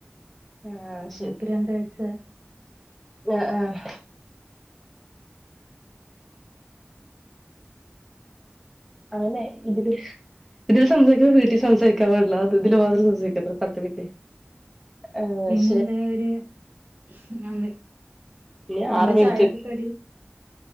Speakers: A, in the centre; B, on the right.
A: ആഹ്‌
B: മോക്ക് രണ്ട്‌ വയസ്
A: ആഹ്‌ ആഹ്‌ അങ്ങനെ ഇതില് ഇതില് സംസാരിക്കുന്ന വീട്ടിൽ സംസാരിക്കാൻ പാടില്ല അത് ഇതില് മാത്രം സംസാരിക്ക പത്ത് മിനിറ്റ് ആഹ്
B: പിന്നെന്താ
A: ശരി
B: ഒരു എന്താ
A: ഇനി
B: എന്താ
A: ആറ് മിനിറ്റ്
B: ചായക്ക് കടി